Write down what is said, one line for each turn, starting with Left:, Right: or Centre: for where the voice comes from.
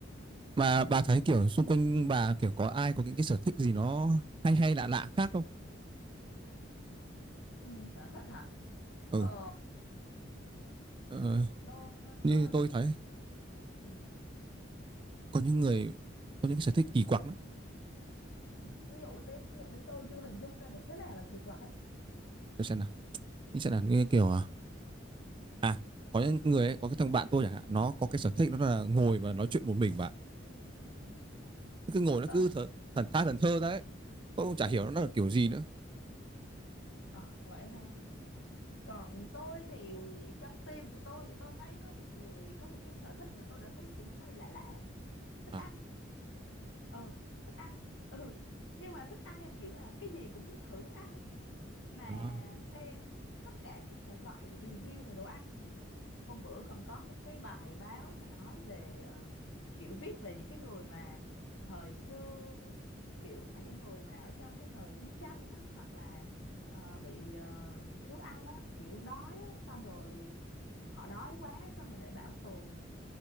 Right: Mà bà thấy kiểu xung quanh bà kiểu có ai có những cái sở thích gì nó hay hay lạ lạ khác không?
Left: Ừ, sở thích hả?
Right: Ừ,
Left: Ờ,
Right: ờ,
Left: tôi
Right: như
Left: tôi
Right: tôi
Left: thì
Right: thấy
Left: ừ,
Right: có những người có những cái sở thích kỳ quặc lắm.
Left: ừ, ví dụ đi, ví dụ đi tôi chưa hình dung ra được thế nào là kỳ quặc ấy.
Right: Tôi xem nào, như xem nào như kiểu à, à có những người ấy, có cái thằng bạn tôi chẳng hạn, nó có cái sở thích nó là ngồi và nói chuyện một mình bạn. Nó cứ ngồi nó
Left: Ờ,
Right: cứ thờ, thần tha thần thơ đấy. Tôi cũng chả hiểu nó là kiểu gì nữa.
Left: ờ vậy hả? còn tôi thì trong team của tôi thì tôi thấy có một người có một cái sở thích mà tôi đã thấy cũng hơi lạ lạ rồi. thích
Right: À,
Left: ăn ờ thích ăn <laughs> ừ nhưng mà thích ăn theo kiểu là cái gì cũng muốn thử muốn ăn á. mà
Right: đó.
Left: xem tất cả các thể loại review về đồ ăn hôm bữa còn có một cái bài báo mà nói về ờ, kiểu viết về những cái người mà thời xưa kiểu mà những người mà ở trong cái thời chiến tranh á hoặc là ờ, bị ờ, thiếu ăn á kiểu đói á xong rồi ờ, họ đói quá xong rồi để bảo tồn